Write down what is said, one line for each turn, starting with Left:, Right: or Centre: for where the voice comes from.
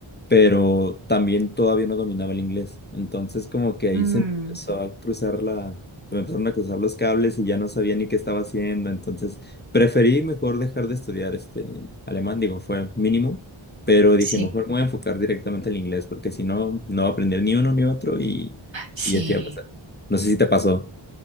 Left: pero también todavía no dominaba el inglés. Entonces, como que ahí
Right: Mm,
Left: se me empezó a cruzar la, se me empezaron a cruzar los cables y ya no sabía ni qué estaba haciendo. Entonces, preferí mejor dejar de estudiar este alemán, digo, fue mínimo pero dije,
Right: sí,
Left: mejor me voy a enfocar directamente al inglés, porque si no, no voy a aprender ni uno ni otro y,
Right: sí.
Left: y ya te a pasar. No sé si te pasó.